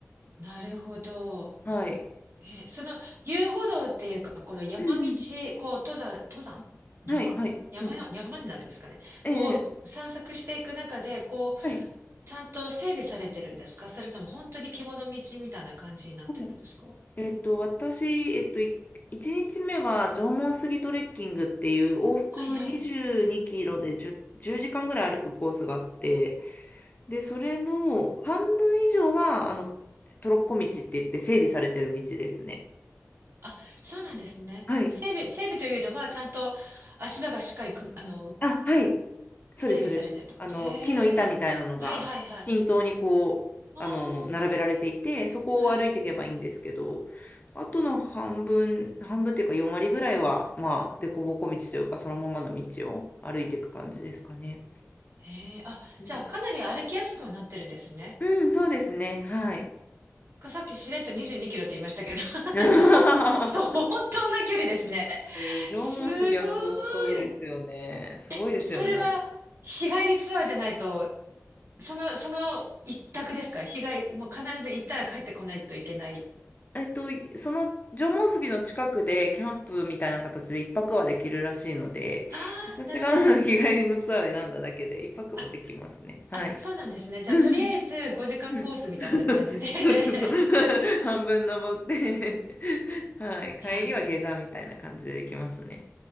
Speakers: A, on the right; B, on the left.
A: なるほど。
B: はい。
A: えその遊歩道っていうか、この山道、
B: うんうん。
A: こう登山、登山山山の、
B: はい、はい。うん。
A: 山になるんですかね。
B: ええ、
A: こう散策していく中で、
B: ええ
A: こう、
B: はい。
A: ちゃんと整備されてるんですかそれとも本当に獣道みたいな感じになってるんですか
B: はいえっと、私、えっと、い1日目は縄文杉トレッキングっていう往復22キロで10、
A: はいはい
B: 時間ぐらい歩くコースがあって、で、それの半分以上は、あの、トロッコ道って言って整備されてる道ですね。
A: あ、そうなんですね。
B: はい。
A: 整備、整備というのは、ちゃんと足場がしっかりく、あの、
B: あ、はい。そうです、
A: 整備されてるってこと。
B: そうです。あの、
A: へえ。
B: 木の板みたいなのが均等にこう、
A: はいはいはい。ああ、
B: あの、並べられていて、そこを歩いていけばいいんですけど、
A: はい。
B: あとの半分、半分っていうか4割ぐらいは、まあ、凸凹道というか、そのままの道を歩いていく感じですかね。
A: へえ。あ、
B: うん、
A: じゃあ、かなり歩きやすくはなってるんですね。
B: うんそうですね。はい。
A: かさっきしれっと22キロって言いましたけど、<laughs>
B: <laughs>
A: そう、相当な距離ですね。
B: そう縄文杉は相当ですよね。
A: すごい。
B: すごいですよね。
A: え、それは、日帰りツアーじゃないと、その、その一択ですか日帰り、もう必ず行ったら帰ってこないといけない。
B: えっと、その縄文杉の近くでキャンプみたいな形で一泊はできるらしいので、
A: ああ、
B: 私があの日帰りのツアーを選んだだけで一泊もできますね。
A: なるほど。あ、
B: はい。
A: あ、そうなんですね。じゃあ、
B: うんうん
A: とりあえず5時間コースみたいな感じで
B: うん。<laughs>
A: <laughs>
B: そうそうそう。<laughs> 半分登って <laughs> はい。帰りは下山みたいな感じでできますね。
A: いや、